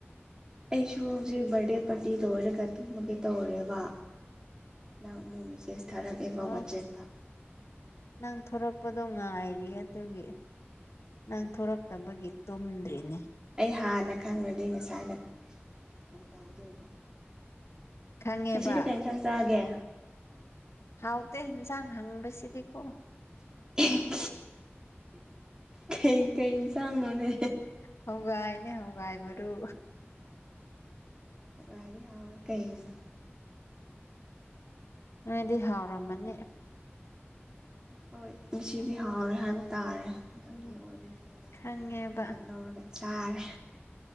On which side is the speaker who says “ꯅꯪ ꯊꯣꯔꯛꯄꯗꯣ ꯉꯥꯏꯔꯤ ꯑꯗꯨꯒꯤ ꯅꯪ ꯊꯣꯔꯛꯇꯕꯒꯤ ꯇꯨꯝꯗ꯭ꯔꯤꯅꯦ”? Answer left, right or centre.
Left